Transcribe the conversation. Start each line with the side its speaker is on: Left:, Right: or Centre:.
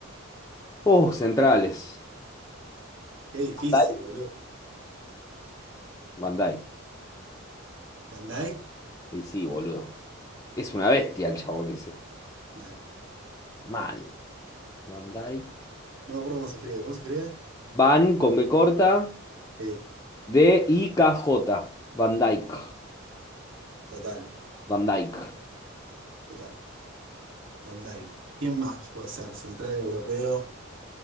Left: Oh, centrales.
Right: Qué difícil,
Left: Van Dijk.
Right: boludo.
Left: Van Dijk.
Right: Bandai,
Left: Y sí, boludo. Es una bestia el chabón ese.
Right: mal.
Left: Mal. Van Dijk.
Right: No me acuerdo cómo se escribe. ¿Cómo se escribe?
Left: Van con B corta,
Right: Sí,
Left: D I K J. Van Dijk.
Right: total,
Left: Van Dijk.
Right: total. Bandai. ¿Quién más puede ser? Central europeo.